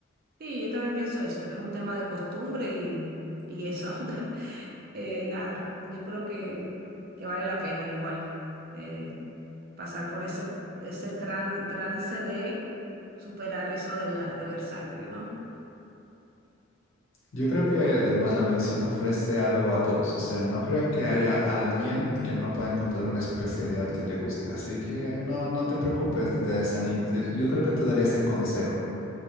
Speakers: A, on the right (about 45°); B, on the left (about 70°).
A: Sí, yo también pienso eso, que es un tema de costumbre y, y eso. <laughs> eh, nada, yo creo que, que vale la pena igual eh, pasar por ese, ese tran- trance de superar eso de la, de ver sangre, ¿no?
B: Yo creo que además la medicina ofrece algo a todos. O sea, no creo que haya alguien que no pueda encontrar una especialidad que le guste. Así que no, no te preocupes ni te desanimes. Eh, Yo creo que te daría ese consejo.